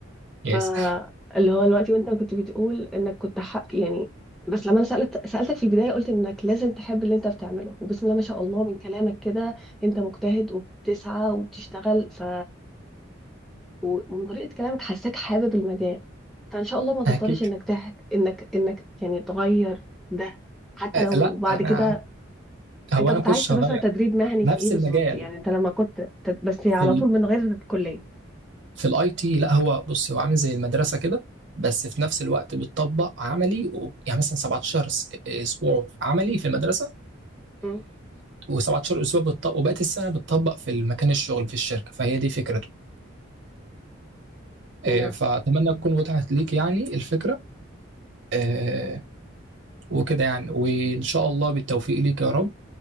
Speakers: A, on the right; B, in the centre.
A: يس
B: فاللي
A: <laughs>
B: هو الوقت وأنت كنت بتقول إنك كنت حق يعني بس لما أنا سألت سألتك في البداية قلت إنك لازم تحب اللي أنت بتعمله وبسم الله ما شاء الله من كلامك كده أنت مجتهد وبتسعى وبتشتغل ف و- ومن طريقة كلامك حاساك حابب المجال فإن شاء الله ما تضطرش
A: اكيد
B: إنك تحت إنك إنك يعني تغير ده حتى
A: آه،
B: لو
A: لا
B: بعد
A: انا
B: كده
A: هو
B: انت
A: انا
B: كنت
A: كنتش
B: عايز تبقى
A: هغير
B: تدريب مهني
A: نفس
B: في ايه بالظبط
A: المجال
B: يعني انت لما كنت تد... بس على
A: في ال...
B: طول من غير كلية
A: في الاي تي لا هو بص هو عامل زي المدرسه كده بس في نفس الوقت بتطبق عملي و... يعني مثلا 17 س- اسبوع عملي في المدرسه
B: مم.
A: و17 اسبوع بتطبق وبقيت السنه بتطبق في المكان الشغل في الشركه فهي دي فكرته آه،
B: نعم
A: فاتمنى تكون وضحت ليك يعني الفكره آه، وكده يعني وان شاء الله بالتوفيق ليك يا رب